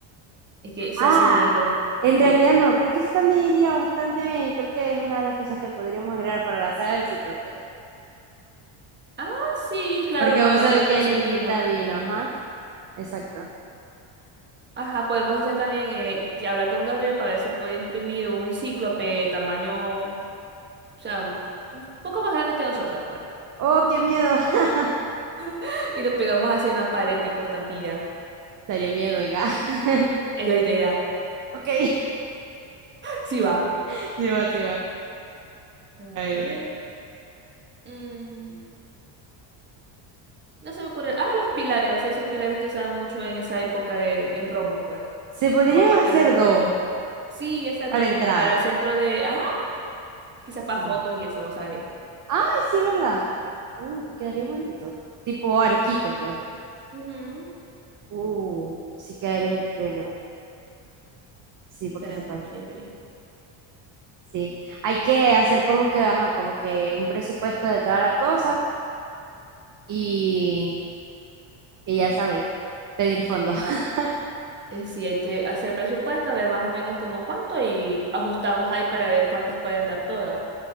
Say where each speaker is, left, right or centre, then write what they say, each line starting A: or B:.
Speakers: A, on the right; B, on the right.
A: Es que Cersei
B: Ah,
A: es un ícono.
B: en
A: ¿Qué,
B: realidad
A: qué?
B: no, creo que eso también iría bastante bien y creo que es una de las cosas que podríamos agregar para la saga del Cíclope.
A: Ah, sí, claro,
B: Porque
A: cuando
B: vos sabéis
A: él le ofrece
B: que él invita
A: el vino.
B: vino, ajá, exacto.
A: Ajá, podemos hacer también eh, que hablar con Gabriel para ver si puede imprimir un cíclope tamaño O sea, un poco más grandes que nosotras, pues.
B: Oh, qué miedo. <laughs>
A: <laughs> Y lo pegamos hacia una pared tipo estampilla.
B: Daría miedo, oiga. <laughs>
A: Es la idea.
B: Ok,
A: Sí va.
B: <laughs> sí va, sí va.
A: A
B: ahí
A: ver.
B: bueno.
A: mm, no se me ocurre. Ah, los pilares. O sea, esos pilares que usaban mucho en esa época de, en Roma, pues.
B: Se podrían
A: Como parte
B: hacer
A: de la decoración.
B: dos
A: Sí, exacto.
B: a la
A: Como
B: entrada.
A: para el centro de. Ah, quizás
B: Sí.
A: para fotos y eso, vos sabés.
B: Ay, sí, ¿verdad? Uh, quedaría bonito. Tipo arquito, pues.
A: Ujú,
B: Uh, sí quedaría el pelo. Sí, porque
A: Estaría
B: se
A: muy
B: puede.
A: chévere.
B: Sí. Hay que hacer como que, ajá, como que un presupuesto de toda la cosa y, y ya sabéis, pedir fondos. <laughs>
A: Eh, sí, hay que hacer presupuesto, a ver más o menos como cuánto y ajustamos ahí para ver cuántas pueden dar todas.